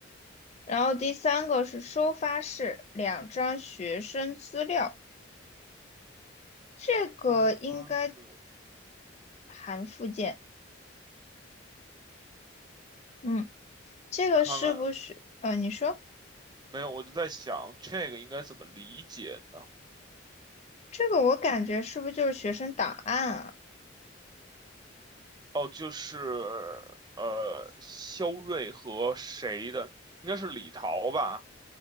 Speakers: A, on the left (about 35°); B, on the right (about 20°).
A: 然后第三个是收发室两张学生资料，这个应该
B: 哦，那是
A: 含附件。嗯，这个是不是？
B: 我看看，
A: 呃，你说
B: 没有，我就在想这个应该怎么理解呢？
A: 这个我感觉是不是就是学生档案啊？
B: 哦，就是呃，肖瑞和谁的？应该是李桃吧？